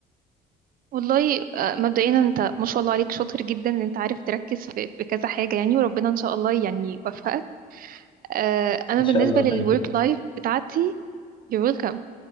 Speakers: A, on the right (about 60°); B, on the left (about 30°).
A: والله آه، مبدئيا أنت ما شاء الله عليك شاطر جدا إن أنت عارف تركز في في كذا حاجة يعني وربنا إن شاء الله يعني يوفقك آه، أنا
B: ان شاء
A: بالنسبة
B: الله
A: للورك
B: ثانك يو
A: لايف بتاعتي you're welcome